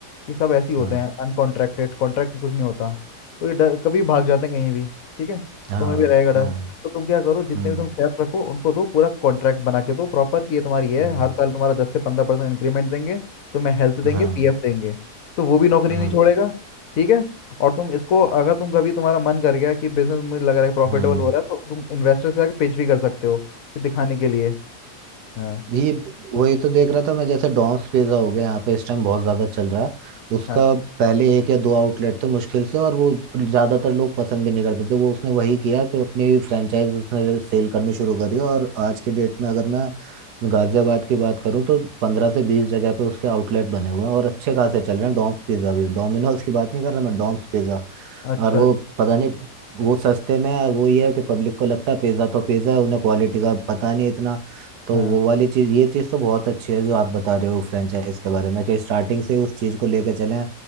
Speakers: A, on the left (about 65°); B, on the right (about 80°).
A: ये सब ऐसे ही होते
B: हाँ
A: हैं अनकॉन्ट्रैक्टेड कॉन्ट्रैक्ट कुछ नहीं होता तो ये डर कभी भाग जाते हैं कहीं भी ठीक है
B: हाँ
A: तुम्हें भी रहेगा डर
B: हाँ
A: तो तुम क्या करो जितने
B: हम्म
A: भी तुम शेफ्स रखो उनको दो पूरा कॉन्ट्रैक्ट बना के दो प्रॉपर कि ये तुम्हारी है
B: हम्म
A: हर साल तुम्हारा दस से पंद्रह परसेंट इंक्रीमेंट देंगे तुम्हें हेल्थ देंगे
B: हाँ
A: पीएफ देंगे तो वो भी नौकरी
B: हम्म
A: नहीं छोड़ेगा ठीक है और तुम इसको अगर तुम कभी तुम्हारा मन कर गया कि बिजनेस मुझे लग रहा है प्रॉफिटेबल
B: हम्म
A: हो रहा है तो तुम इन्वेस्टर से आके पिच भी कर सकते हो कि दिखाने के लिए हाँ
B: ये वही तो देख रहा था मैं जैसे डॉम्स पिज्जा हो गया यहाँ पे इस टाइम बहुत ज्यादा चल रहा है उसका
A: हाँ
B: पहले एक या दो आउटलेट थे मुश्किल से और वो ज्यादातर लोग पसंद भी नहीं करते थे वो उसने वही किया कि अपनी फ्रेंचाइज उसने सेल करनी शुरू करी और आज के डेट में अगर मैं गाजियाबाद की बात करूँ तो पंद्रह से बीस जगह पे उसके आउटलेट बने हुए हैं और अच्छे खासे चल रहे हैं डॉम्स पिज्जा भी डोमिनोज की बात नहीं कर रहा मैं डॉम्स पिज्जा
A: अच्छा
B: और वो पता नहीं वो सस्ते में है, वो ये है कि पब्लिक को लगता है पिज्जा तो पिज्जा है उन्हें क्वालिटी का पता नहीं इतना तो
A: हाँ
B: वो वाली चीज ये चीज तो बहुत अच्छी है जो आप बता रहे हो फ्रेंचाइज के बारे में कि स्टार्टिंग से उस चीज को लेके चलें